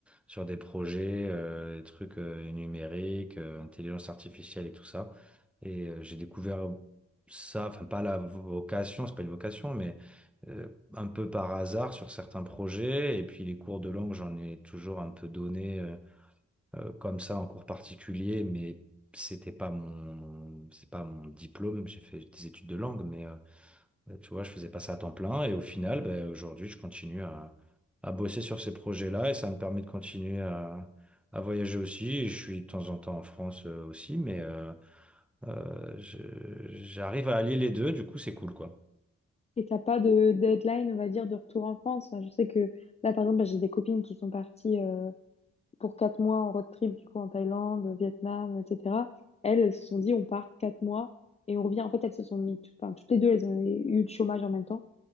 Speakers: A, in the centre; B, on the left.
A: sur des projets, euh, des trucs euh, numériques, euh, intelligence artificielle et tout ça. Et euh, j'ai découvert ça, enfin pas la vocation, c'est pas une vocation, mais euh, un peu par hasard sur certains projets. Et puis les cours de langue, j'en ai toujours un peu donné. euh, euh, comme ça en cours particulier, mais c'était pas mon, c'est pas mon diplôme. J'ai fait des études de langue, mais euh, tu vois, je faisais pas ça à temps plein. Et au final, ben, aujourd'hui, je continue à, à bosser sur ces projets-là et ça me permet de continuer à, à voyager aussi. Et je suis de temps en temps en France euh, aussi, mais euh, euh, je- j'arrive à allier les deux. Du coup, c'est cool, quoi.
B: Et t'as pas de deadline, on va dire, de retour en France. Enfin, je sais que là, par exemple, bah, j'ai des copines qui sont parties. euh, pour quatre mois en road trip, du coup, en Thaïlande, Vietnam, etc. Elles, elles se sont dit, on part quatre mois et on revient. En fait, elles se sont mis, tout- enfin, toutes les deux, elles ont eu le chômage en même temps.